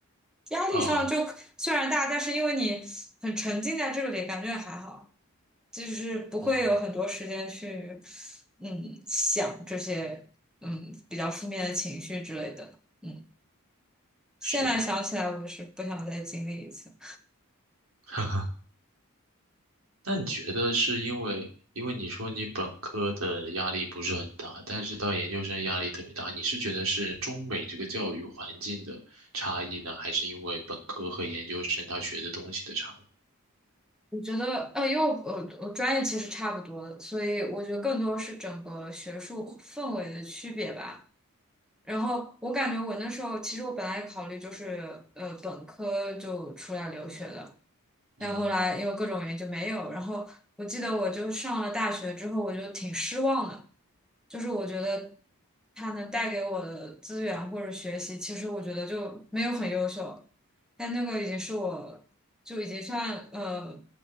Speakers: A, in the centre; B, on the right.
A: 压力上就虽然大，
B: 啊，
A: 但是因为你很沉浸在这里，感觉还好，就是不会有很多时间去
B: 嗯，
A: 嗯想这些嗯比较负面的情绪之类的。嗯，现在想起来，
B: 是的。
A: 我是不想再经历一次。
B: <laughs> 那你觉得是因为，因为你说你本科的压力不是很大，但是到研究生压力特别大，你是觉得是中美这个教育环境的差异呢，还是因为本科和研究生他学的东西的差异？
A: 我觉得，呃，因为我我我专业其实差不多的，所以我觉得更多是整个学术氛围的区别吧。然后我感觉我那时候，其实我本来考虑就是，呃，本科就出来留学的，但后来因为各种原因就没有。
B: 嗯
A: 然后我记得我就上了大学之后，我就挺失望的，就是我觉得他能带给我的资源或者学习，其实我觉得就没有很优秀，但那个已经是我就已经算呃